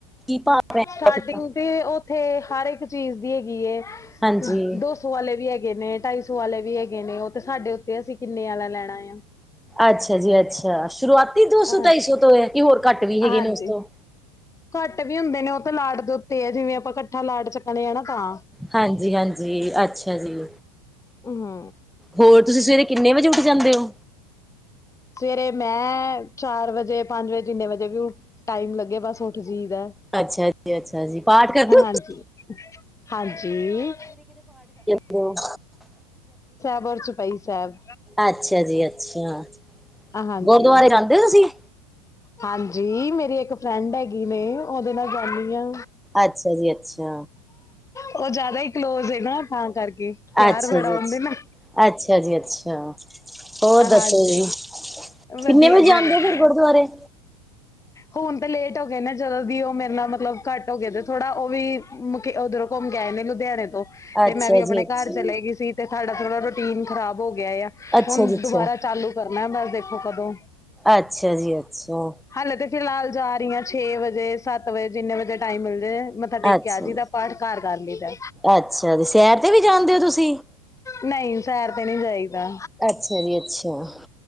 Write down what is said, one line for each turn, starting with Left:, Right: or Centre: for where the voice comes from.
Centre: ਕੀ ਭਾਅ ਪੈ
Left: ਸਟਾਰਟਿੰਗ
Centre: ਦਾ?
Left: ਤੇ ਔਥੇ। ਹਰ ਇੱਕ ਚੀਜ਼ ਦੀ ਹੈਗੀ ਹੈ,
Centre: ਹਾਂਜੀ
Left: ਦੋ ਸੌ ਵਾਲੇ ਵੀ ਹੈਗੇ ਨੇ, ਢਾਈ ਸੌ ਵਾਲੇ ਵੀ ਹੈਗੇ। ਹੈਗੇ ਨੇ ਉਹ ਤੇ ਸਾਡੇ ਉੱਤੇ ਅਸੀਂ ਕਿੰਨੇ ਆਲਾ ਲੈਣਾ ਆ।
Centre: ਅੱਛਾ ਜੀ ਅੱਛਾ, ਸ਼ੁਰੂਆਤੀ ਦੋ ਸੌ
Left: ਹਾਂ
Centre: ਢਾਈ ਸੌ ਤੋਂ ਹੈ ਕਿ ਹੋਰ? ਘੱਟ ਵੀ ਹੈਗੇ
Left: ਹਾਂਜੀ
Centre: ਨੇ ਉਸ ਤੋਂ।
Left: ਘੱਟ ਵੀ ਹੁੰਦੇ ਨੇ ਉਹ ਤੇ ਲਾਟ ਦੇ ਉੱਤੇ ਆ, ਜਿਵੇਂ ਆਪਾਂ ਇਕੱਠਾ ਲਾਟ ਚੱਕਣੇ ਆਂ ਨਾ, ਤਾਂ।
Centre: ਹਾਂਜੀ ਹਾਂਜੀ ਅੱਛਾ ਜੀ।
Left: ਹੂ
Centre: ਹੋਰ ਤੁਸੀਂ ਸਵੇਰੇ ਕਿੰਨੇ ਵਜੇ ਉੱਠ ਜਾਂਦੇ ਹੋ?
Left: ਸਵੇਰੇ ਮੈਂ ਚਾਰ ਵਜੇ, ਪੰਜ ਵਜੇ ਜਿੰਨੇ ਵਜੇ ਵੀ ਉਹ ਟਾਈਮ ਲੱਗੇ, ਬਸ ਉੱਠ ਈਦ ਐ
Centre: ਅੱਛਾ ਜੀ ਅੱਛਾ ਜੀ ਪਾਠ ਕਰਦੇ ਹੋ
Left: ਹਾਂਜੀ ਹਾਂਜੀ।
Centre: ਤੇ ਔਹ।
Left: ਪਰ ਚੌਪਈ ਸਾਹਿਬ।
Centre: ਅੱਛਾ ਜੀ ਅੱਛਾ
Left: ਹਾਂਜੀ
Centre: ਗੁਰਦੁਆਰੇ ਜਾਂਦੇ ਹੋ ਤੁਸੀਂ?
Left: ਹਾਂਜੀ ਮੇਰੀ ਇੱਕ ਫਰੈਂਡ ਹੈਗੀ ਨੇ ਉਹਦੇ ਨਾਲ ਜਾਣੀ ਆਂ।
Centre: ਅੱਛਾ ਜੀ ਅੱਛਾ।
Left: ਉਹ ਜ਼ਿਆਦਾ ਹੀ ਕਲੋਜ ਹੈ। ਨਾ ਤਾਂ ਕਰਕੇ? ਪਿਆਰ
Centre: ਅੱਛਾ
Left: ਬੜਾ
Centre: ਜੀ ਅੱਛਾ
Left: ਉਹਦੇ ਨਾਲ
Centre: ਅੱਛਾ ਜੀ ਅੱਛਾ। ਹੋਰ ਦੱਸੋ
Left: ਹਾਂਜੀ
Centre: ਜੀ
Left: ਵਧੀਆ
Centre: ਕਿੰਨੇ ਵਜੇ
Left: ਜੀ
Centre: ਜਾਂਦੇ
Left: ਵਧੀਆ।
Centre: ਹੋ ਫਿਰ ਗੁਰੂਦੁਆਰੇ।
Left: ਹੁਣ ਤੇ ਲੇਟ ਹੋ ਗਏ ਨੇ ਜਦੋਂ ਦੀ ਉਹ ਮੇਰੇ ਨਾਲ ਮਤਲਬ ਘੱਟ ਹੋ ਗਏ ਤੇ ਥੋੜਾ ਉਹ ਵੀ ਮੁ ਉਧਰੋਂ ਘੁੰਮ। ਗਏ ਨੇ ਲੁਧਿਆਣੇ ਤੋਂ ਤੇ
Centre: ਅੱਛਾ
Left: ਮੈਂ ਵੀ ਆਪਣੇ
Centre: ਜੀ ਅੱਛਾ,
Left: ਘਰ ਚਲੇ ਗਈ ਸੀ ਤੇ ਸਾਡਾ ਥੋੜਾ ਰੂਟੀਨ ਖਰਾਬ ਹੋ ਗਿਆ। ਗਿਆ ਆ
Centre: ਅੱਛਾ
Left: ਹੁਣ
Centre: ਜੀ ਅੱਛਾ,
Left: ਦੁਬਾਰਾ ਚਾਲੂ ਕਰਨਾ ਬਸ ਦੇਖੋ ਕਦੋਂ?
Centre: ਅੱਛਾ ਜੀ ਅੱਛਾ।
Left: ਹਾਲੇ ਤੇ ਫਿਲਹਾਲ ਜਾ ਰਹੀ ਹਾਂ ਛੇ ਵਜੇ, ਸੱਤ ਵਜੇ ਜਿੰਨੇ ਵਜੇ ਟਾਈਮ ਮਿਲ ਜੇ। ਮੱਥਾ ਟੇਕ
Centre: ਅੱਛਾ
Left: ਕੇ ਆ
Centre: ਜੀ,
Left: ਜਿਦਾ ਪਾਠ ਘਰ ਕਰ ਲਈਦਾ।
Centre: ਅੱਛਾ ਜੀ ਸੈਰ ਤੇ ਵੀ ਜਾਂਦੇ ਹੋ ਤੁਸੀਂ?
Left: ਨਹੀਂ ਸੈਰ ਤੇ ਨਹੀਂ ਜਾਈਦਾ।
Centre: ਅੱਛਾ ਜੀ ਅੱਛਾ